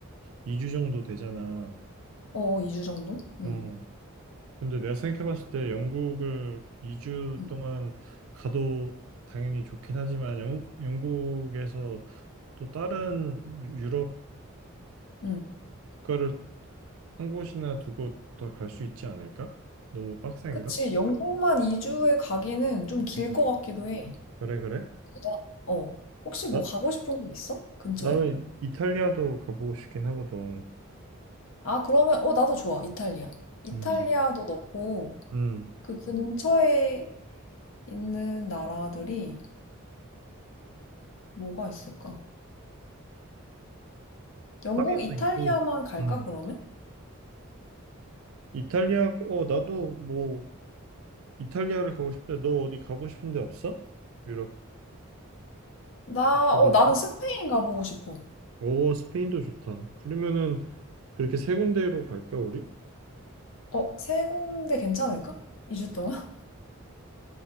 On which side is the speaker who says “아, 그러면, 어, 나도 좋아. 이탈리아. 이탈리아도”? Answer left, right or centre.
Left